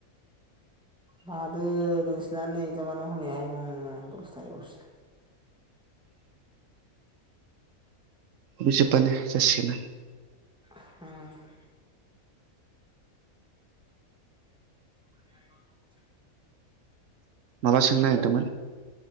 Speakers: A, in the centre; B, on the right.
A: लादो नोंसिना नै एजामानो हनै आयमुं दस थारिखआवसो।
B: बे जोबबानो जासिगोनना।
A: ह। <unintelligible>
B: माबा सोंनो नागिरदोंमोन।